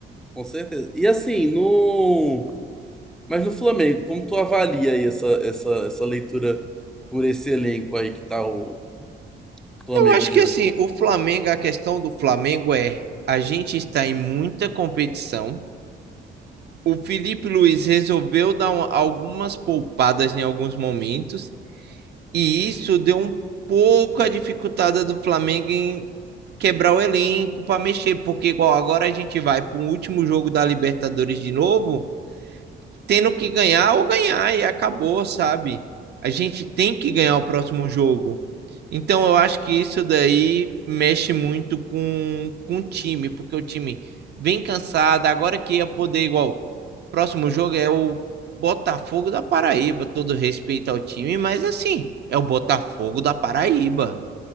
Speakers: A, in the centre; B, on the right.
A: Com certeza. E assim, no. Mas no Flamengo, como tu avalia aí essa, essa, essa leitura por esse elenco aí que tá o Flamengo
B: Eu acho
A: de
B: que,
A: hoje?
B: assim, o Flamengo, a questão do Flamengo é a gente está em muita competição. O Felipe Luiz resolveu dar um- algumas poupadas em alguns momentos. E isso deu um pouco a dificultada do Flamengo em quebrar o elenco para mexer, porque igual agora a gente vai para o último jogo da Libertadores de novo, tendo que ganhar ou ganhar e acabou, sabe? A gente tem que ganhar o próximo jogo. Então, eu acho que isso daí mexe muito com, com o time, porque o time vem cansado. Agora que ia poder, igual, próximo jogo é o Botafogo da Paraíba, todo respeito ao time, mas assim, é o Botafogo da Paraíba.